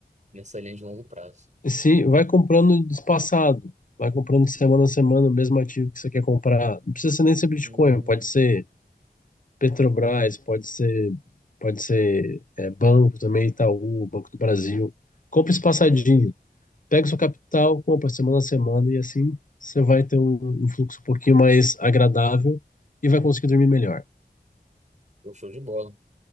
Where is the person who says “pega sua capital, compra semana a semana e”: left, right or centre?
Left